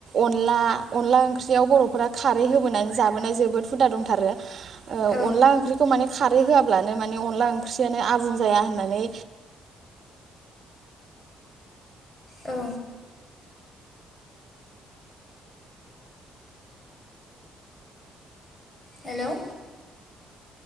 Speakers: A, on the right; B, on the left.
A: अनला अनला ओंख्रियाव बर'फोरा खारै होबोनानै जाबोनाय जोबोद हुदा दंथारो। ओ
B: औ
A: अनला ओं खारै होआब्लानो माने अनदला ओंख्रियानो आबुं जाया होननानै
B: औ हेलौ